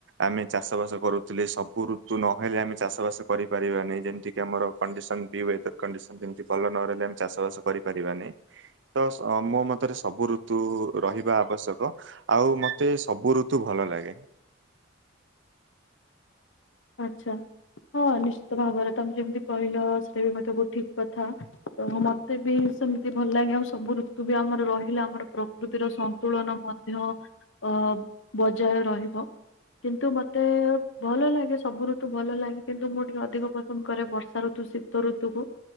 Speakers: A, on the right (about 60°); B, on the left (about 70°).
A: ଆମେ ଚାଷ ବାସ କରୁଥିଲେ ସବୁ ଋତୁ ନହେଲେ ଆମେ ଚାଷ ବାସ କରିପାରିବାନି। ଯେମିତିକି ଆମର କଣ୍ଡିସନ ତି ଆମର କଣ୍ଡିସନ ଭଲ ନ ରହିଲେ ଆମେ ଚାଷ ବାସ କରିପାରିବାନି। ତ ମୋ ମତରେ ସବୁ ଋତୁ ରହିବା ଆବଶ୍ୟକ ଆଉ ମ ତେ ସବୁ ଋତୁ ଭଲ ଲାଗେ।
B: ଆଚ୍ଛା ହଁ ନିଶ୍ଚିତ ଭାବରେ ତମେ ଯେମିତି କହିଲ ସେ ବି ମତେ ଠିକ କଥା ତ ମତେ ବି ସେମିତି ଭଲ ଲାଗେ ଆଉ ସବୁ ଋତୁ ବି ଆମର ରହିଲା ଆମର ପ୍ରକୃତିର ସନ୍ତୁଳନ ମଧ୍ୟ ଅ ବଜାୟ ରହିବ କିନ୍ତୁ ମତେ ଭଲ ଲାଗେ ସବୁ ର ତୁ ଭଲ ଲାଗେ। କିନ୍ତୁ ମୁଁ ଟିକେ ଅଧିକ ପସନ୍ଦ କରେ ବର୍ଷା ଋତୁ ଶୀତ ଋତୁକୁ